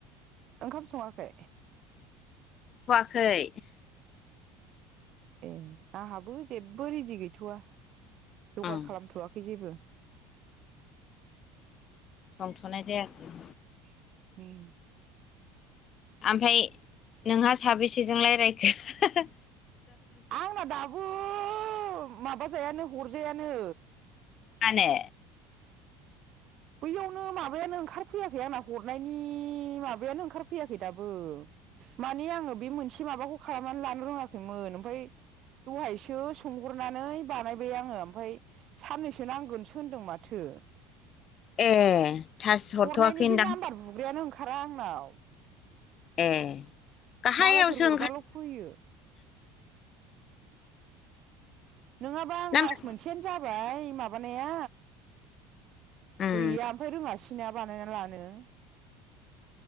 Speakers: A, on the right; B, on the left.
A: ओंखाम सङाखै?
B: खै।
A: ए आंहाबो जेबो रेडि गैथ'आ। जगार
B: ओं
A: खालामथ'वाखै जेबो।
B: संथ'नाय जायाखै।
A: <unintelligible>
B: आमफाय नोंहा साबेसेजों लायरायखो? <unintelligible>
A: <unintelligible> माबाजायानो हरजायानो।
B: मानो?
A: बैयावनो माबायानो ओंखारफैयाखै आंना हरनायनि माबायानो ओंखारफैयाखै दाबो माने आङो बे मोनसे माबाखौ खालामनानै लानो रोङाखैमोन ओमफाय दहायसो सोंहरनानै बानायबाय आङो ओमफाय साननैसो नांगोनसो होनदों माथो।
B: ए थास हरथ'वाखैदां
A: हरनायनि बे नाम्बार बुग्रायानो ओंखा रा आंनाव।
B: ए गाहायावसो
A: मालायफोर हरबाल'
B: ओंखार
A: फैयो। नोंङाबा आं
B: ना
A: मास
B: मा?
A: मोनसेआनो जाबाय माब बानाया।
B: उम
A: गैया ओमफाय रोंङासै <unintelligible> बानायना लानो